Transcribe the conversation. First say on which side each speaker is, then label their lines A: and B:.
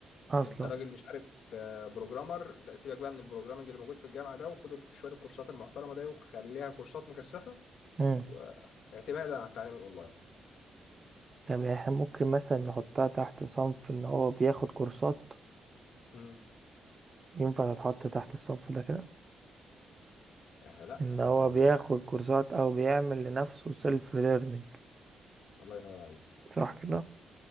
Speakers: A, on the right; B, on the left.
A: اصلا
B: انت راجل مش عارف آه، بروجرامر لا سيبك بقى من البروجرامنج اللي موجود في الجامعه ده وخد ال- شويه الكورسات المحترمه ده وخليها كورسات مكثفه
A: مم.
B: واعتمادا على التعليم الاونلاين
A: طب يعني احنا ممكن مثلا نحطها تحت صنف ان هو بياخد كورسات
B: امم
A: ينفع تتحط تحت الصف ده كده
B: آه لا
A: ان هو
B: ما هو
A: بياخد كورسات او بيعمل لنفسه سيلف ليرنينج
B: الله ينور عليك
A: صح كده